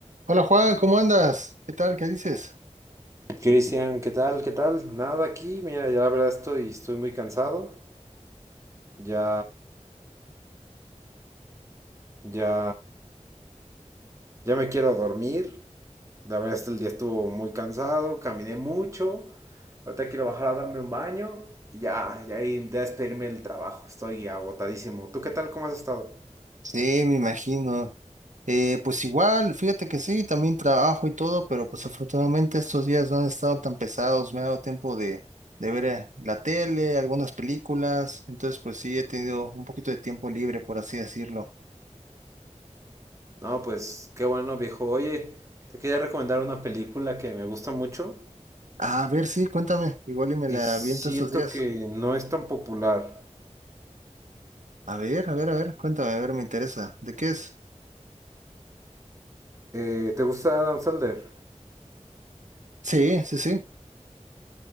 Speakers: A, on the right (about 75°); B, on the right (about 25°).
A: Hola Juan, ¿cómo andas? ¿Qué tal? ¿Qué dices?
B: Cristian, ¿qué tal? ¿Qué tal? Nada aquí. Mira, ya la verdad estoy, estoy muy cansado. Ya, ya, ya me quiero dormir. La verdad es que el día estuvo muy cansado, caminé mucho. Ahorita quiero bajar a darme un baño y ya, ya ir a despedirme del trabajo. Estoy agotadísimo. ¿Tú qué tal? ¿Cómo has estado?
A: Sí, me imagino. Eh, pues igual, fíjate que sí, también trabajo y todo, pero pues afortunadamente estos días no han estado tan pesados, me ha dado tiempo de, de ver eh, la tele, algunas películas, entonces pues sí, he tenido un poquito de tiempo libre, por así decirlo.
B: No, pues qué bueno, viejo. Oye, te quería recomendar una película que me gusta mucho
A: A ver, sí, cuéntame, igual y me la
B: y siento
A: aviento estos días.
B: que no es tan popular.
A: A ver, a ver, a ver, cuéntame, a ver, me interesa. ¿De qué es?
B: Eh, ¿te gusta Adam Sandler?
A: Sí, sí, sí.